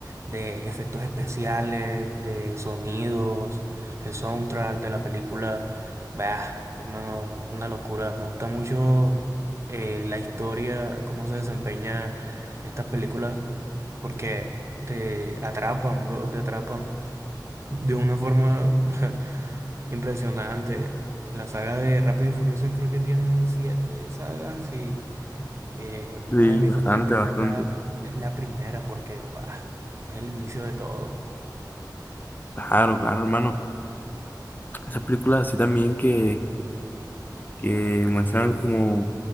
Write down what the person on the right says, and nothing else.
de efectos especiales, de sonidos, el soundtrack de la película, bah, hermano, es una locura. Me gusta mucho eh, la historia, cómo se desempeña estas películas, porque te atrapan, bro, te atrapan de una forma <laughs> impresionante. La saga de Rápido y Furioso creo que tiene siete sagas y eh, una
de mis
favoritas
es la, es la primera porque, guau, es el inicio de todo.